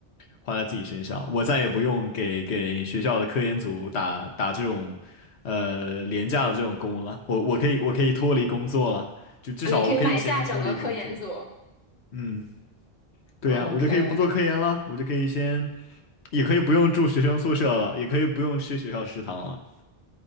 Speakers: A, on the left; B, on the left.
A: 花在自己身上，我再也不用给给学校的科研组打打这种呃廉价的这种工了，我我可以我可以脱离工作了，就至少我可以先脱离工作，
B: 你可以买下整个科研组。
A: 嗯。对呀，
B: OK，
A: 我就可以不做科研了，我就可以先，也可以不用住学生宿舍了，也可以不用吃学校食堂了。